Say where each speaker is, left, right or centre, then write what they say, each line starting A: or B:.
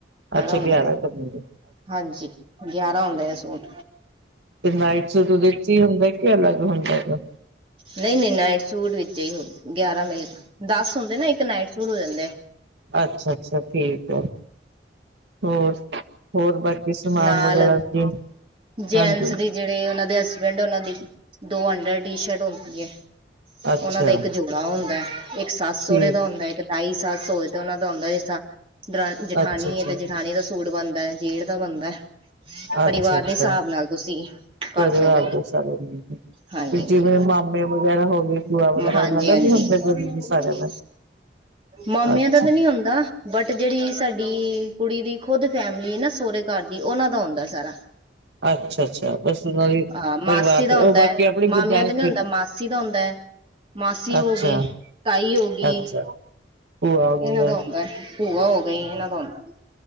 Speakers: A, on the right (about 75°); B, on the right (about 30°).
A: ਅੱਛਾ
B: ਹੁੰਦੇ
A: ਗਿਆਰਾਂ
B: ਨੇ
A: ਕਰਨੇ ਨੇ
B: ਹਾਂਜੀ ਗਿਆਰਾਂ ਹੁੰਦੇ ਨੇ ਸੂਟ
A: ਤੇ ਨਾਈਟ ਸੂਟ ਉਹਦੇ ਵਿੱਚ ਹੀ ਹੁੰਦਾ ਕਿ ਅਲੱਗ ਹੁੰਦਾ ਹੈ
B: ਨਹੀਂ ਨਹੀਂ ਨਈਟ ਸੂਟ ਵਿੱਚ ਹੀ ਹੁੰਦਾ ਗਿਆਰਾਂ ਮਿਲ ਕੇ ਦਸ ਹੁੰਦੇ ਨਾ ਇੱਕ ਨਾਈਟ ਸ਼ੂਟ ਹੋ ਜਾਂਦਾ
A: ਅੱਛਾ ਅੱਛਾ ਠੀਕ ਹੈ ਹੋਰ ਹੋਰ ਬਾਕੀ ਸਮਾਨ
B: ਨਾਲ
A: ਵਗੈਰਾ ਜਿ
B: ਜੈਂਟਸ
A: ਹਾਂਜੀ
B: ਦੇ ਜਿਹੜੇ ਉਹਨਾਂ ਦੇ ਹਸਬੈਂਡ ਉਹਨਾਂ ਦੀ ਦੋ ਅੰਡਰ ਟੀ ਸ਼ਰਟ ਹੁੰਦੀ ਹੈ
A: ਅੱਛਾ
B: ਉਹਨਾਂ ਦਾ ਇੱਕ ਜੋ ਉਹ ਹੁੰਦਾ ਇੱਕ ਸੱਸ ਸਹਰੇ
A: ਠੀਕ
B: ਦਾ ਹੁੰਦਾ ਇੱਕ ਤਾਈ ਸੱਸ ਹੋਵੇ ਤੇ ਉਹਨਾ ਦਾ ਹੁੰਦਾ ਜ ਜ ਜਠਾਨੀ
A: ਅੱਛਾ-ਅੱਛਾ,
B: ਹੈ ਤੇ ਜਠਾਨੀ ਦਾ ਸੂਟ ਬਣਦਾ ਹੈ ਜੇਠ ਦਾ ਬਣਦਾ ਪਰਿਵਾਰ
A: ਅੱਛਾ-ਅੱਛਾ
B: ਦੇ ਹਿਸਾਬ ਨਾਲ ਤੁਸੀਂ ਕਰ
A: ਪਰਿਵਾਰ
B: ਸਕਦੇ ਹੋ
A: ਦੇ ਸਾਰੇ
B: ਹਾਂਜੀ ਹਾਂਜੀ
A: ਜਿਵੇਂ ਮਾਮੇ ਵਗੈਰਾ ਹੋ ਗਏ ਭੂਆ ਵਗੈਰਾ
B: ਹਾਂਜੀ
A: ਉਹਨਾਂ ਦਾ
B: ਹਾਂਜੀ
A: ਵੀ ਹੁੰਦਾ ਜ਼ਰੂਰੀ ਸਾਰਿਆਂ ਦਾ
B: ਮਾਮਿਆਂ
A: ਅੱਛਾ।
B: ਦਾ ਤਾਂ ਨੀ ਹੁੰਦਾ ਬਟ ਜਿਹੜੀ ਸਾਡੀ ਕੁੜੀ ਦੀ ਖੁਦ ਫੈਮਿਲੀ ਨਾ ਸਹੁਰੇ ਘਰ ਦੀ ਉਹਨਾਂ ਦਾ ਹੁੰਦਾ ਸਾਰਾ
A: ਅੱਛਾ ਅੱਛਾ ਬਸ ਉਹਨਾਂ ਦੀ
B: ਹਾਂ ਮਾਸੀ
A: ਪਰਿਵਾਰ
B: ਦਾ
A: ਦੇ ਉਹ
B: ਹੁੰਦਾ
A: ਬਾਕੀ
B: ਹੈ
A: ਆਪਣੀ
B: ਮਾਮਿਆਂ
A: ਗੁਜਾਇਸ਼
B: ਦਾ ਨੀ ਹੁੰਦਾ ਮਾਸੀ ਦਾ ਹੁੰਦਾ ਹੈ ਮਾਸੀ ਹੋ
A: ਅੱਛਾ,
B: ਗਏ ਤਾਈ ਹੋ ਗਈ
A: ਅੱਛਾ ਭੂਆ ਹੋ
B: ਇਹਨਾਂ
A: ਜਾਏ
B: ਦਾ ਹੁੰਦਾ ਭੂਆ ਹੋ ਗਈ ਇਹਨਾਂ ਦਾ ਹੁੰਦਾ